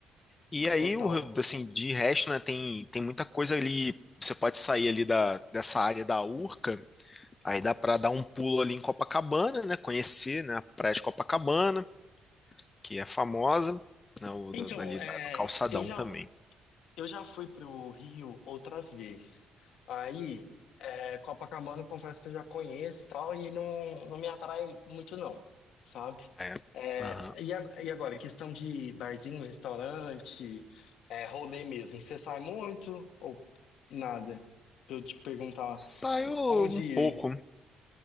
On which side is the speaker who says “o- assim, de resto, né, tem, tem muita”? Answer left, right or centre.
Left